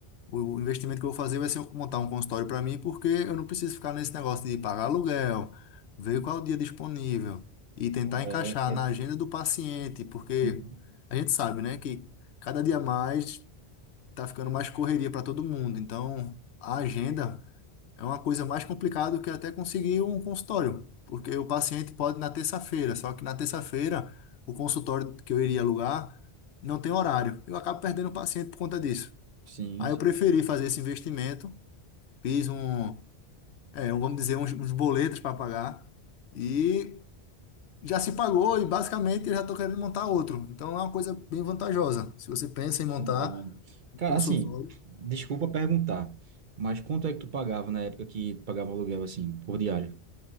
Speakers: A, on the left (about 75°); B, on the right (about 55°).
A: o o investimento que eu vou fazer vai ser eu montar um consultório para mim, porque eu não preciso ficar nesse negócio de pagar aluguel, ver qual é o dia disponível e tentar
B: É,
A: encaixar na
B: é-
A: agenda do paciente, porque
B: uhum.
A: a gente sabe, né, que cada dia mais tá ficando mais correria para todo mundo. Então, a agenda é uma coisa mais complicada do que até conseguir um consultório, porque o paciente pode ir na terça-feira, só que na terça-feira o consultório que eu iria alugar não tem horário. Eu acabo perdendo o paciente por conta disso.
B: Sim,
A: Aí
B: sim.
A: eu preferi fazer esse investimento, fiz um, é, vamos dizer, uns, uns boletos para pagar e já se pagou e basicamente eu já estou querendo montar outro. Então é uma coisa bem vantajosa. Se você pensa em montar
B: Legal. né?
A: um
B: Cara,
A: consultório,
B: assim, desculpa perguntar, mas quanto é que tu pagava na época que tu pagava aluguel, assim, por diário?